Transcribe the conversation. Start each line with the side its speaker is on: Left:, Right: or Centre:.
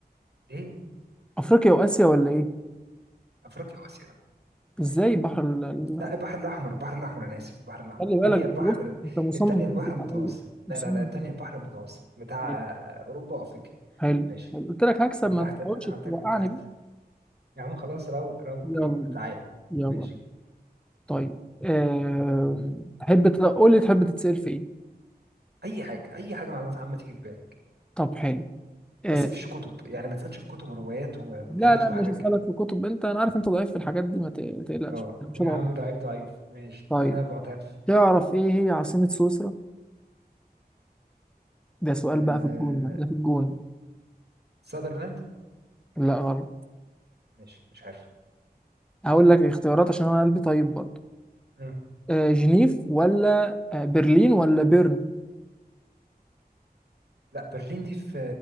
Right: ليه
Centre: افريقيا واسيا ولا ايه
Right: افريقيا واسيا
Centre: ازاي البحر ال... ال-
Right: لا البحر الاحمر البحر الاحمر انا اسف البحر الاحمر
Centre: خلي
Right: الثانيه
Centre: بالك انت
Right: البحر
Centre: بص
Right: ال-
Centre: انت مصمم
Right: الثانيه
Centre: تنصب
Right: البحر المتوسط
Centre: عليا مصمم
Right: لا لا لا الثانيه
Centre: تنصب
Right: البحر
Centre: عليا
Right: المتوسط بتاع
Centre: حلو
Right: آه، آه، اوروبا وافريقيا
Centre: حلو
Right: ماشي
Centre: حلو. قلت لك هكسب
Right: من
Centre: ما
Right: تحت
Centre: تحاولش
Right: انا
Centre: توقعني
Right: اتاك من تحت
Centre: بقى
Right: يا عم خلاص رو رو
Centre: يلا
Right: رو
Centre: بينا،
Right: تعال
Centre: يلا
Right: ماشي
Centre: بينا. طيب أم... تحب تلا- قول لي تحب تتسأل في ايه
Right: اي حاجه اي حاجه معلومات عامه تيجي في بالك
Centre: طب حلو أم...
Right: بس مفيش كتب يعني ما تسالش في كتب وروايات و-
Centre: لا
Right: وتاريخ
Centre: لا
Right: وحاجات
Centre: مش هسألك
Right: كده
Centre: في كتب انت انا عارف انت ضعيف في الحاجات دي ما ت- تقلقش
Right: اه
Centre: مش
Right: يا
Centre: هضغط
Right: عم
Centre: عليك
Right: ضعيف ضعيف ماشي
Centre: طيب
Right: انا معترف
Centre: تعرف ايه هي عاصمة سويسرا؟ ده سؤال
Right: آه...
Centre: بقى في الجون ده ده في الجون
Right: ساذرلاند
Centre: لا غلط
Right: ماشي مش عارف
Centre: هقول لك اختيارات عشان انا قلبي طيب برضه
Right: مم.
Centre: آه جنيف ولا آه برلين ولا بيرن
Right: لا برلين دي في